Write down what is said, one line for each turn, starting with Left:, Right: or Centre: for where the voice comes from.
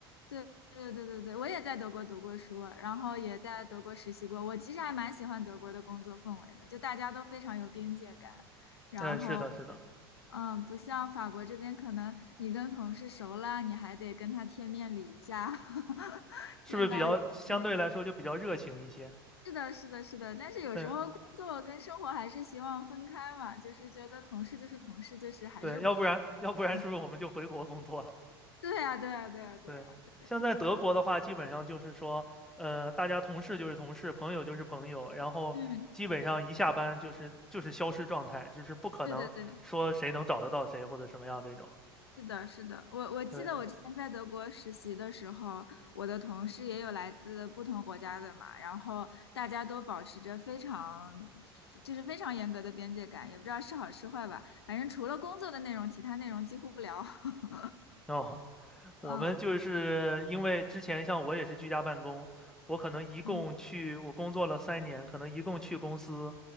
Left: 对对对对对，我也在德国读过书，然后也在德国实习过。我其实还蛮喜欢德国的工作氛围的，就大家都非常有边界感，然后。
Centre: 嗯，是的，是的，
Left: 嗯，不像法国这边，可能你跟同事熟了，你还得跟他贴面礼一下，<laughs>
Centre: 是不是比较相对来说就比较热情一些？
Left: 见到有是没事是的，是的，是的。但是有时候工作跟生活还是希望分开嘛，
Centre: 嗯，
Left: 就是觉得同事就是同事，就是还是不，
Centre: 对，要不然要不然是不是我们就回国工作了？
Left: 嗯，对呀，对呀，对呀，对呀，
Centre: 对，
Left: 对呀，
Centre: 像在德国的话，
Left: 我，
Centre: 基本上就是说，呃，大家同事就是同事，朋友就是朋友，然后基本上一下班就是就是消失状态，
Left: 嗯，
Centre: 就是不可能说谁能找得到谁或者什么样这种。
Left: 对对对。是的，是的，我我记得我之前在德国实习的时候，
Centre: 对，
Left: 我的同事也有来自不同国家的嘛，然后大家都保持着非常，就是非常严格的边界感，也不知道是好是坏吧，反正除了工作的内容，其他内容几乎不聊。<laughs>
Centre: 哦，我们就是因为之前像我也是居家办公，
Left: 嗯
Centre: 我可能一共去我工作了三年，
Left: 嗯
Centre: 可能一共去公司